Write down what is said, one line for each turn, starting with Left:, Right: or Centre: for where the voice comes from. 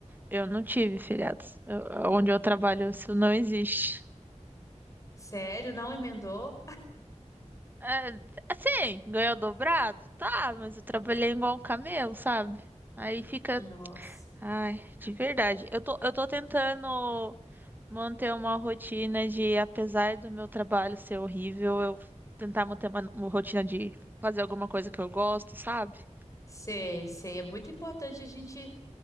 Right: Eu não tive feriados. Eu- onde eu trabalho, isso não existe.
Left: Sério, não emendou?
Right: É, assim, ganhou dobrado? Tá, mas eu trabalhei igual um camelo, sabe? Aí fica.
Left: Nossa.
Right: Ai, de verdade. Eu tô, eu tô tentando. Manter uma rotina de, apesar do meu trabalho ser horrível, eu tentar manter uma, uma rotina de fazer alguma coisa que eu gosto, sabe?
Left: Sei, sei. É muito importante a gente